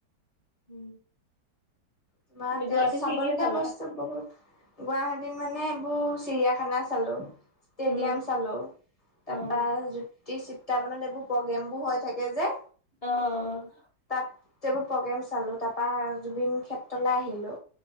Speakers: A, on the left (about 35°); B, on the left (about 20°).
A: উম,
B: তোমাৰ এয়া
A: গুৱাহাটীত
B: চাব
A: কি কি
B: লগীয়া
A: চালা?
B: বস্তু বহুত। গুৱাহাটীত মানে এইবোৰ চিৰিয়াখানা চালো। ষ্টেডিয়াম
A: উম,
B: চালো
A: অ',
B: তাৰপা যি চিত্ৰাৱনত এইবোৰ প্ৰগ্ৰেম বোৰ হৈ থাকে যে।
A: অ অ,
B: তাত এইবোৰ প্ৰগ্ৰেম চালো তাৰ পা জুবিন ক্ষেত্ৰলে আহিলো।